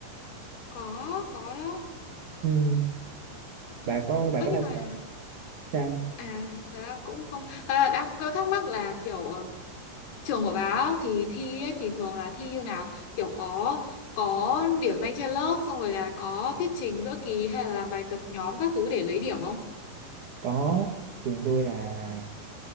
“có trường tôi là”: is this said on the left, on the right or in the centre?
Right